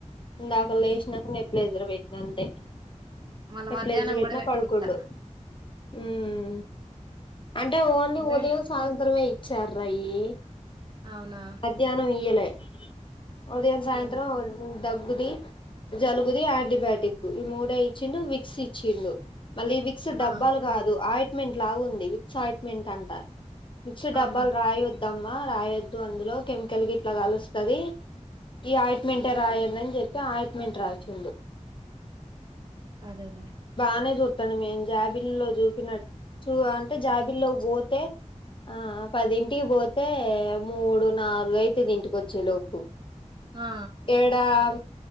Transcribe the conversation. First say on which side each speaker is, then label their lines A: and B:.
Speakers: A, on the left; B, on the right.
A: దాకలో
B: ఉహు
A: వేశినా నెప్ల ఇద్రపో అంతే
B: మళ్ళ
A: చెప్లేజరుబెట్న
B: మధ్యాహ్నం కూడా పెట్టకిత్తా
A: పడుకుండు మ్మ్ అంటే ఓన్లీ
B: అంటే
A: ఉదయం, సాయంత్రమే చెర్రయి
B: అవునా
A: మధ్యానం ఈయలే ఉదయం, సాయంత్రం
B: అదేలే
A: దగ్గుది, జలుబుది, ఆంటీబయాటిక్ ఈ మూడే ఇచ్చిండు. విక్స్ ఇచ్చిండు మళ్ళీ క్స్ డబ్బాలు
B: ఆ
A: కాదు ఆయి మెంట్ లాగా ఉంది సో ఆయన్టమెంటన్ విక్స్ డబ్బాలు
B: ఆహా
A: రాయోద్దాం రాయొద్దు అందులో కెమికల్ గిట్లా కలుస్తది. ఈ ఆయింట్మెంట్ రాయండి అని చెప్పి ఆయింట్మెంట్ రాసిచ్చినాడు
B: అదేలే
A: బానే జొప్ తనమే జాబిల్లో చూపినట్టు చూ అంటే జాబిల్లో పోతే ఆ పదింటికి పోతే మూడు, నాలుగు అయితది ఇంటికి వచ్చే లోపు
B: ఆ
A: ఏడా ఆ